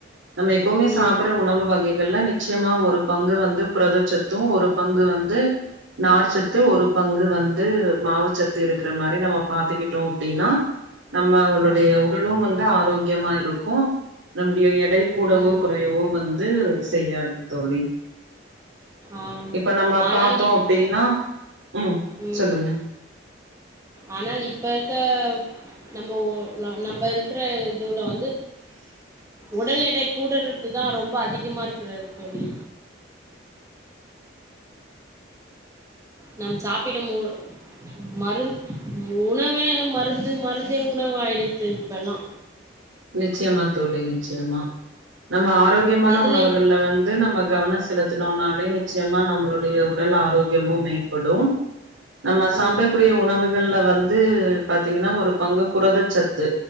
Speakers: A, on the right (about 80°); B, on the right (about 15°).
A: நம்ம எப்போமே
B: ம்
A: சாப்புற்ற உணவு வகைகள்ல நீ ச்யமா ஒரு பங்கு வந்து புதச்சத்து ஒரு பங்கு வந்து நார்ச்சத்து ஒரு பங்கு வந்து மாவுச்சத்து இருக் க்ற மாரி நம்ம பாத்துக்கிட்டோ அப்டினா நம்ம அவ்ளுடைய
B: ஆ
A: உடலு வந் ஆரோக்யமா இருக்கு நம்டிய ஏ டை கூடவோ
B: ம்
A: குறையவோ வந் து செய்யாது தோழி
B: ஆம்
A: இப்ப நம்ம
B: ஆனால்
A: பாத்தோ
B: இப்
A: அப்டினா ம்
B: ம்
A: சொல்லுங்க
B: ஆனால் இப்ப இருக்க நம்போ நம்ப இருக்குற இதுவுல வந் ஒடல் எடை கூடறதுதா ரொம்ப அதிகமா இருக்குற தோழி நம் சாப்பிடமூர் மருந் உணவே மருந்து மருந்தே உணவாயிடுத்து இப்பெல்லா
A: நிச்யமா தோழி நிச்யமா நம்ம ஆரோக்யமான
B: எதுலயு
A: உணவுகள்ல வந்து நம்ம கவன செலுத்துணோனாலே நீ நிச்சயமா நம்மளுடைய உடல் ஆரோக்கியமும் மேம்படு நம்ம சாப்பிடக்கூடிய
B: ம்
A: உணவுகள்ல வந் து பாத்தீங்கன்னா ஒரு பங்கு புரதச்சத்து